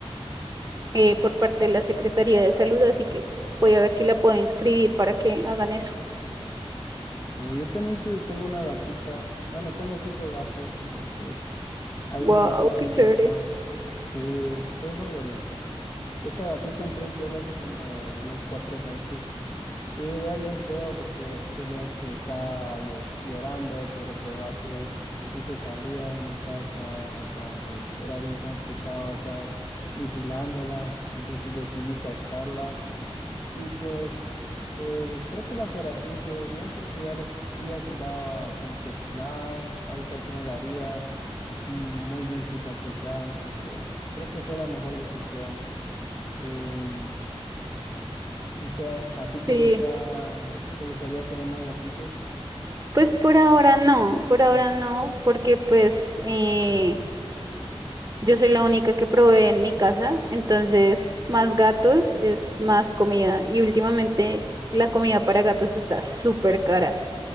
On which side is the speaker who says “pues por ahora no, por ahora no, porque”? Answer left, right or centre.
Right